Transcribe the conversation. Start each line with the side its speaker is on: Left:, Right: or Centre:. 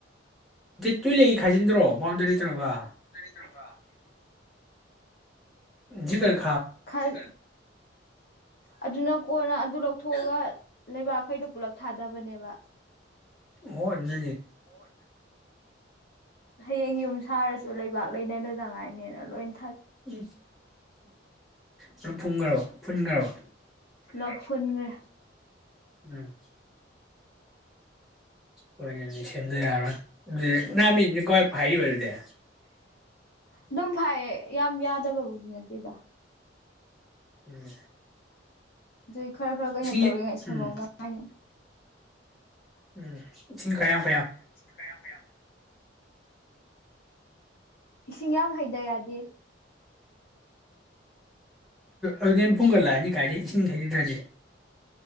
Centre: ꯇꯨꯏ ꯂꯩꯒꯦ ꯈꯥꯏꯖꯤꯟꯗ꯭ꯔꯣ ꯕꯥꯎꯟꯗꯔꯤ ꯇꯧꯔꯒ
Left: <inaudible>
Centre: ꯕ
Left: ꯈꯥꯏ ꯑꯗꯨꯅ ꯀꯣꯟꯅ ꯑꯗꯨ ꯂꯧꯊꯣꯛꯑꯒ ꯂꯩꯕꯥꯛꯈꯩꯗꯣ ꯄꯨꯂꯞ ꯊꯥꯗꯕꯅꯦꯕ
Centre: ꯍꯅꯦ
Left: ꯑꯣ ꯍꯌꯦꯡ ꯌꯨꯝ ꯁꯥꯔꯁꯨ ꯂꯩꯕꯥꯛ ꯂꯩꯅꯗꯖꯉꯥꯏꯅꯤꯅ ꯂꯣꯏꯅ
Centre: ꯎꯝ ꯄꯨꯞ ꯐꯟꯈ꯭ꯔꯕ ꯐꯨꯟꯈ꯭ꯔꯕ
Left: ꯂꯞ ꯐꯟꯒ꯭ꯔ
Centre: ꯎꯝ ꯍꯣꯏ ꯁꯦꯝꯗ ꯌꯥꯔꯣꯏ ꯑꯗꯨ ꯃꯤ ꯀꯏ ꯐꯥꯏꯕꯗ
Left: ꯑꯗꯨꯝ ꯐꯩꯌꯦ ꯌꯥꯝ ꯌꯥꯗꯕꯕꯨꯗꯤ ꯅꯠꯇꯦꯗ
Centre: ꯎꯝ
Left: ꯣꯏ ꯈꯔ ꯈꯔ ꯀꯩꯅꯣ
Centre: ꯏꯁꯤꯡ
Left: ꯇꯧꯔꯤꯉꯩ ꯁꯐꯧꯅꯅꯨꯡꯉ
Centre: ꯎꯝ
Left: ꯍꯥꯏꯅꯤ
Centre: ꯎꯝ ꯏ ꯆꯤꯡꯈ ꯌꯥꯝ
Left: ꯆꯀ ꯌꯥꯝ ꯏꯁꯤꯡ ꯌꯥꯝ ꯍꯩꯗ ꯌꯥꯗꯦ
Centre: ꯑ ꯑꯨꯡꯒ ꯂꯥꯛꯑꯅꯤ ꯀꯥꯏꯗꯤꯦ ꯏꯁꯤꯡ ꯊꯩꯕꯤꯗ꯭ꯔꯗꯤ